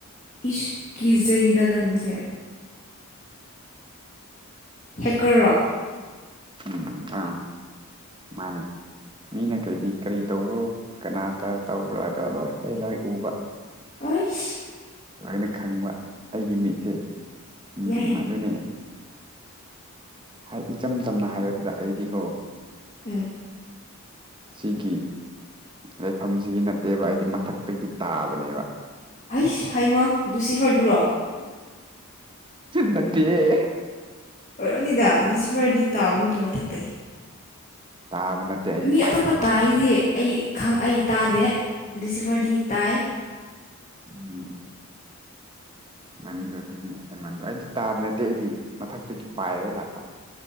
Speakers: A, on the left (about 35°); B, on the right (about 20°).
A: ꯏꯁ ꯀꯤꯖꯩꯗ ꯅꯪꯁꯦ ꯍꯦꯛꯀꯔꯔꯣ
B: ꯎꯝ ꯑ ꯃꯥꯅꯦ ꯃꯤꯅ ꯀꯩ ꯀꯩ ꯀꯔꯤ ꯇꯧꯕ꯭ꯔꯣ ꯀꯅꯥꯇ ꯇꯧꯕ꯭ꯔꯣ ꯑꯗꯣ ꯂꯣꯏ ꯑꯩ ꯂꯣꯏ ꯎꯕ
A: ꯑꯣꯏꯁ
B: ꯂꯥꯏꯅ ꯈꯪꯕ ꯑꯩꯒꯤ ꯃꯤꯠꯁꯦ ꯎ
A: ꯌꯥꯏ ꯌꯥꯏ
B: ꯝ ꯑꯗꯨꯅꯤ ꯍꯥꯏ ꯏꯆꯝ ꯆꯝꯅ ꯍꯥꯏꯔꯕꯗ ꯑꯩꯗꯤꯀꯣ
A: ꯎꯝ
B: ꯁꯤꯒꯤ ꯂꯩꯐꯝꯁꯤꯒꯤ ꯅꯠꯇꯦꯕ ꯑꯩꯗꯤ ꯃꯊꯛꯇꯒꯤ ꯇꯥꯕꯅꯦꯕ
A: ꯍꯁ ꯍꯩꯃ ꯗꯨꯁꯤꯐꯔꯗꯨꯨꯔꯣ
B: ꯅꯠꯇꯦꯌꯦ
A: ꯑꯣꯏꯔꯛꯅꯤꯗ ꯏꯂꯤꯁꯤꯐꯔꯗꯤ ꯇꯥꯕ ꯅꯠꯇ꯭ꯔꯣ ꯃꯊꯛꯇꯩ
B: ꯇꯥꯕ ꯅꯠꯇꯦ ꯑꯩꯗꯤ
A: ꯃꯤ
B: ꯄꯥꯏꯔꯛꯄ
A: ꯑꯇꯣꯞꯄ ꯇꯥꯏꯗꯤ ꯑꯩ ꯈꯪ ꯑꯩ ꯇꯥꯗꯦ ꯂꯤꯁꯤꯐꯔꯗꯤ ꯇꯥꯏ
B: ꯎꯝ ꯅꯪꯁꯨ ꯑꯗꯨꯗꯤ ꯍꯦꯟꯃꯟꯗꯔꯣ ꯑꯩꯗꯤ ꯇꯥꯕ ꯅꯠꯇꯦ ꯑꯩꯗꯤ ꯃꯊꯛꯇꯒꯤ ꯄꯥꯏꯔ ꯂꯥꯛꯄ